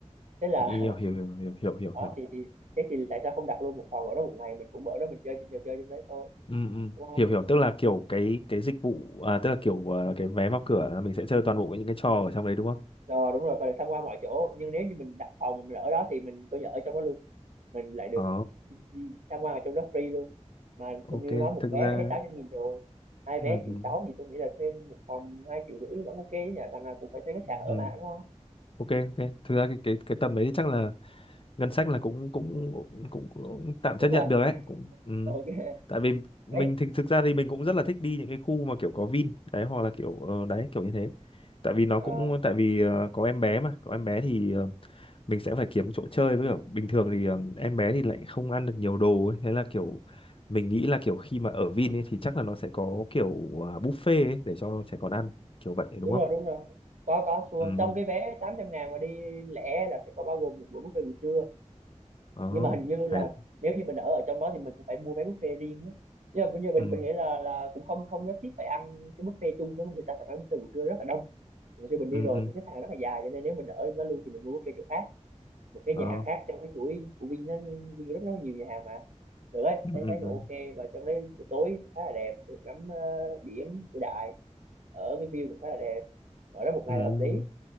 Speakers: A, on the right; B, on the left.
A: thế là
B: hiểu hiểu hiểu hiểu hiểu
A: <laughs>
B: hiểu
A: đó
B: hiểu
A: thì thì thế thì tại sao không đặt luôn một phòng ở đó một ngày mình cũng ở đó mình chơi những trò chơi trong đấy thôi
B: ừ ừ
A: đúng không
B: hiểu hiểu tức là kiểu cái cái dịch vụ à, tức là kiểu à, cái vé vào cửa là mình sẽ chơi toàn bộ những cái trò ở trong đấy đúng không
A: Rồi đúng rồi và được tham quan mọi chỗ nhưng nếu như mình đặt phòng mình ở đó thì mình coi như ở trong đó luôn mình lại được
B: Ờ,
A: đi, đi tham quan ở trong đó free luôn mà
B: ok,
A: tôi như nói một
B: thực
A: vé
B: ra
A: là hết tám trăm nghìn rồi hai vé
B: ừ,
A: triệu
B: ừ,
A: sáu thì tôi nghĩ là thêm một phòng hai triệu rưỡi vẫn ok nhỉ đằng nào cũng phải thuê khách sạn ở
B: ừ,
A: mà đúng không
B: ok ok, thực ra cái cái cái tầm đấy chắc là ngân sách là cũng cũng cũng, cũng tạm chấp
A: đúng
B: nhận
A: rồi
B: được đấy, cũng ừ.
A: ok
B: Tại vì mình
A: đấy
B: thực thực ra thì mình cũng rất là thích đi những cái khu mà kiểu có Vin đấy hoặc là kiểu ờ, đấy kiểu như thế. Tại vì nó
A: ờ,
B: cũng tại vì ờ, có em bé mà, có em bé thì ờ, mình sẽ phải kiếm chỗ chơi với kiểu bình thường thì ừm, em bé thì lại không ăn được nhiều đồ ấy thế là kiểu mình nghĩ là kiểu khi mà ở Vin ấy thì chắc là nó sẽ có kiểu à, buffet ấy để cho trẻ con ăn kiểu vậy
A: đúng
B: đúng không
A: rồi đúng rồi có có xua
B: ừ
A: trong cái vé tám trăm ngàn mà đi lẻ là sẽ có bao gồm một bữa buffet buổi trưa
B: ờ
A: nhưng mà hình như là
B: hay đấy
A: nếu như mình ở ở trong đó thì mình sẽ phải mua vé buffet riêng á nhưng mà nhưng mà
B: ừ
A: mình mình nghĩ là là cũng không không nhất thiết phải ăn cái buffet chung đó. mà người ta thật ra buffet buổi trưa rất là đông mình khi mình đi
B: ừ
A: rồi
B: ừ
A: mình xếp hàng rất là dài cho nên nếu mình ở trong đó luôn thì mình mua buffet chỗ khác một cái
B: ờ
A: nhà hàng khác trong cái chuỗi của Vin nó Vin rất rất là nhiều nhà hàng mà được đấy
B: ừ
A: thấy
B: ừ
A: thấy
B: ừ
A: cũng ok và trong đấy buổi tối cũng khá là đẹp được ngắm ờ, biển cửa đại ở cái view cũng khá là đẹp ở đó một ngày
B: ừ
A: là hợp lý